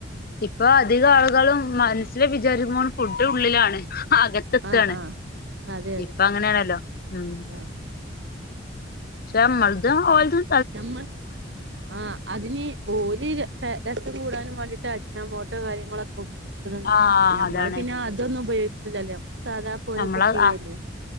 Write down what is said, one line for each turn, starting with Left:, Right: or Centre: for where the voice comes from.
Left: ഇപ്പൊ അധികം ആളുകളും മനസ്സില് വിചാരിക്കുമ്പോള് ഫുഡ് ഉള്ളിലാണ് അകത്തെത്താണ്
Right: ആഹ് ആഹ് അതെ അതെ
Left: ഇപ്പ അങ്ങനെയാണല്ലോ ഉം
Right: ആഹ്
Left: പക്ഷെ അമ്മളതും ഓൽതും
Right: നമ്മൾ ആഹ് അതിന് ഓര് രസ രസം കൂടാനും വേണ്ടിയിട്ട് അജ്നാമോട്ടോ കാര്യങ്ങളൊക്കെ ഉപയോഗി ക്കണ് ണ്ട്
Left: ആ
Right: ഞമ്മള്
Left: അതാണ്
Right: പിന്നെ അതൊന്നും ഉപയോഗിക്കണില്ലല്ലോ നമ്മള് സാധാ പോലെ
Left: നമ്മള്
Right: കുക്ക് ചെയ്യല്ലേ
Left: ആഹ്